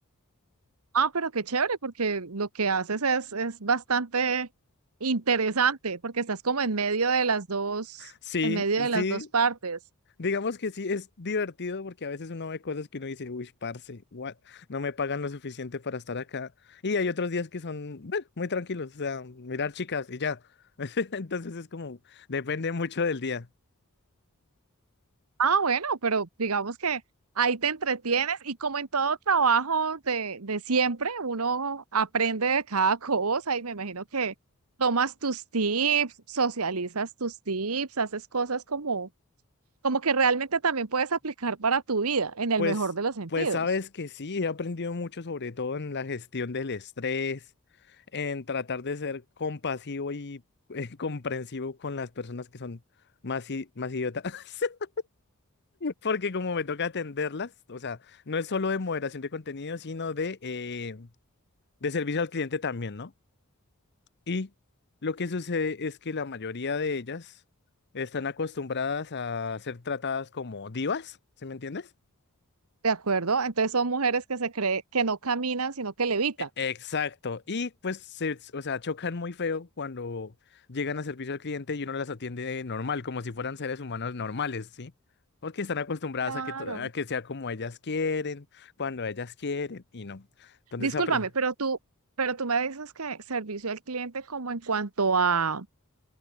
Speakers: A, on the right (about 80°); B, on the left (about 50°).
A: Ah, pero qué chévere, porque lo que haces es, es bastante interesante, porque estás como en medio de las dos,
B: Sí,
A: en medio de las
B: sí.
A: dos partes.
B: Digamos que sí, es divertido porque a veces uno ve cosas que uno dice, uy, parce, what? No me pagan lo suficiente para estar acá. Y hay otros días que son, bueno, muy tranquilos, o sea, mirar chicas y ya. <laughs> Entonces es como, depende mucho del día.
A: Ah, bueno, pero digamos que ahí te entretienes y como en todo trabajo de, de siempre, uno aprende de cada <laughs> cosa y me imagino que tomas tus tips, socializas tus tips, haces cosas como, como que realmente también puedes aplicar para tu vida, en el
B: Pues,
A: mejor de los sentidos.
B: pues sabes que sí, he aprendido mucho, sobre todo en la gestión del estrés, en tratar de ser compasivo y eh, comprensivo con las personas que son más, i- más idiotas, <laughs> porque como me toca atenderlas, o sea, no es solo de moderación de contenido, sino de, eh, de servicio al cliente también, ¿no? Y lo que sucede es que la mayoría de ellas están acostumbradas a ser tratadas como divas, ¿sí me entiendes?
A: ¿De acuerdo? Entonces son mujeres que se cree que no caminan, sino que levitan.
B: E- Exacto. Y pues, se, o sea, chocan muy feo cuando llegan a servicio al cliente y uno las atiende normal, como si fueran seres humanos normales, ¿sí? Porque están acostumbradas
A: Claro.
B: a que, to- a que sea como ellas quieren, cuando ellas quieren, y no. Entonces,
A: Discúlpame,
B: apre-
A: pero tú, pero tú me dices que servicio al cliente como en cuanto a,